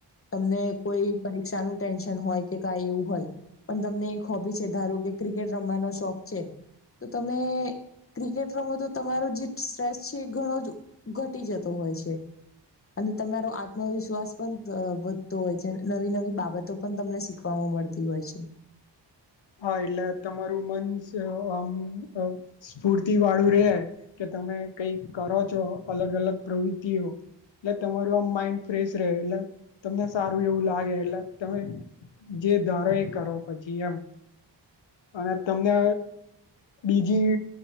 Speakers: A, on the left; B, on the left.
A: તમને કોઈ પરીક્ષા નું ટેન્શન હોય કે કાઈ એવું હોય પણ તમને એક હોબી છે ધારો કે ક્રિકેટ રમવાનો શોખ છે તો તમે ક્રિકેટ રમો તો તમારો જે સ્ટ્રેસ છે એ ઘણો જ ઘટી જતો હોય છે અને તમારો આત્મવિશ્વાસ પણ વધતો હોય છે નવી નવી બાબતો પણ તમને શીખ મળતી હોય છે
B: હા એટલે તમારું મન આમ સ્ફૂર્તિ વાળું રહેે કે તમે કઈક કરો છો અલગ અલગ પ્રવૃતિઓ એટલે તમારું આમ માઇન્ડ ફ્રેશ રહે એટલે તમને સારું એવું લાગે એટલે તમે જે ધારો એ કરો પછી એમ અને તમને બીજી